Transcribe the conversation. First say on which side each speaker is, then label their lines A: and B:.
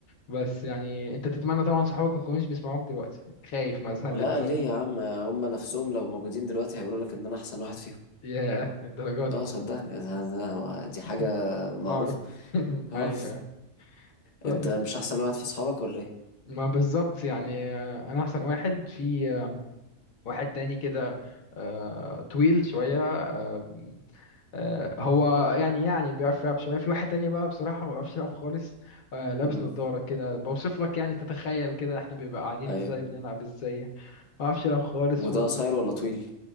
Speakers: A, on the left (about 80°); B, on the left (about 35°).
A: بس يعني انت تتمنى طبعا صحابك ما يكونوش بيسمعوك دلوقتي خايف مثلا
B: لا ليه
A: <laughs>
B: يا عم هما نفسهم لو موجودين دلوقتي هيقولوا لك ان انا احسن واحد فيهم
A: يا الدرجة
B: لا
A: دي
B: صدقني أنا- دي حاجه
A: <laughs>
B: معروفه
A: معرف <laughs>
B: <laughs> اه
A: ايوه أيوة. طيب
B: انت مش احسن واحد في اصحابك ولا ايه
A: ما بالظبط يعني آه، انا احسن واحد في واحد تاني كده آه، طويل شوية آه، آه، هو يعني يعني بيعرف يلعب شوية في واحد تاني بقى بصراحة ما بيعرفش يلعب خالص آه، لابس
B: امم
A: نظارة كده بوصف لك يعني تتخيل كده احنا بيبقى قاعدين
B: ايوه
A: ازاي بنلعب ازاي يعني. ما بيعرفش يلعب خالص
B: وده
A: وبس
B: قصير ولا طويل